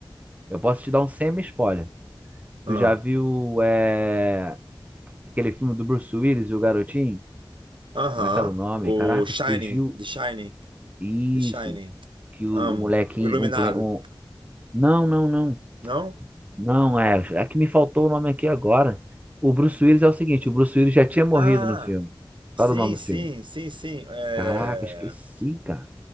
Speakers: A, on the right (about 15°); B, on the right (about 70°).
A: Eu posso te dar um semi-spoiler.
B: Ah,
A: Tu já viu é, aquele filme do Bruce Willis e o Garotinho?
B: aham.
A: Como é que era o nome?
B: O
A: Caraca,
B: Shining,
A: fugiu.
B: The Shining,
A: Isso.
B: The Shining.
A: Que o,
B: Amo.
A: o molequinho.
B: O Iluminado.
A: Um, cle- um- Não, não, não.
B: Não?
A: Não, é. É que me faltou o nome aqui agora. O Bruce Willis é o seguinte: o Bruce Willis já tinha morrido
B: Ah,
A: no filme. Qual
B: sim,
A: era o nome
B: sim,
A: do filme?
B: sim, sim. É...
A: Caraca, esqueci, cara.